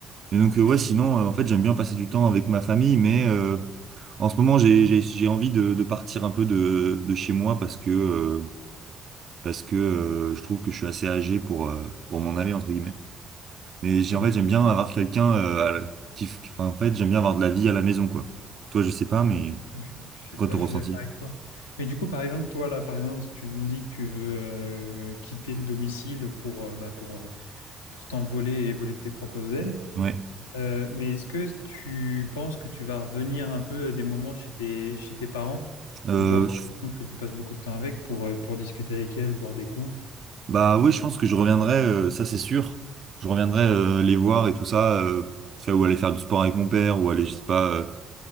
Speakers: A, on the right (about 55°); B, on the left (about 80°).
A: Et donc euh, ouais, sinon, euh, en fait, j'aime bien passer du temps avec ma famille, mais euh, en ce moment, j'ai, j'ai, j'ai envie de, de partir un peu de, de chez moi parce que euh, parce que euh, je trouve que je suis assez âgé pour euh, pour m'en aller entre guillemets. Mais j'ai,
B: Ok,
A: en fait, j'aime bien avoir quelqu'un euh, à la- qui, f- enfin, en fait, j'aime bien avoir de la vie à la maison, quoi. Toi, je sais pas, mais
B: je, je-
A: c'est quoi
B: bah,
A: ton ressenti?
B: je suis d'accord avec toi. Mais du coup, par exemple, toi, là, par exemple, tu me dis que tu veux euh, quitter le domicile pour, euh, bah, pour, euh, pour t'envoler et voler de tes propres ailes.
A: Ouais.
B: Euh, mais est-ce que tu penses que tu vas revenir un peu euh, des moments chez tes, chez tes parents
A: Euh,
B: ou voir
A: je-
B: ta tante que tu passes beaucoup de temps avec pour, euh, pour discuter avec elle, boire des coups?
A: bah oui, je pense que je reviendrai, euh, ça c'est sûr. Je reviendrai euh, les voir et tout ça, euh, faire- ou aller faire du sport avec mon père, ou aller, je sais pas, euh,